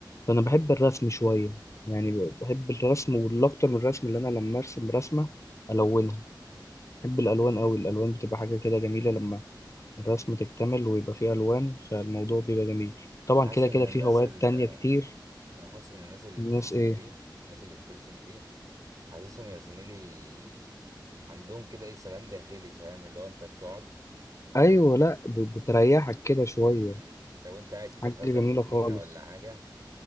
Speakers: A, on the left; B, on the right.
A: فانا بحب الرسم شويه يعني بحب الرسم والاكتر من الرسم اللي انا لما ارسم رسمه الونها بحب الالوان قوي الالوان بتبقى حاجه كده جميله لما الرسم تكتمل ويبقى فيه الوان فالموضوع بيبقى جميل طبعا
B: انا حاسس
A: كده
B: ان
A: كده
B: الناس
A: في هوايات
B: اللي
A: تانية كتير
B: انا حاسس ان الناس اللي
A: الناس
B: بترسم
A: ايه
B: دي الناس اللي بترسم دي حاسسهم يا زميلي عندهم كده ايه سلام داخلي فاهم اللي هو انت بتقعد
A: ايوه
B: لو انت
A: لا ب- بتريحك كده شويه
B: مم، لو انت قاعد كده
A: حاجة
B: مثلا
A: جميلة
B: في جنينه
A: خالص
B: ولا حاجه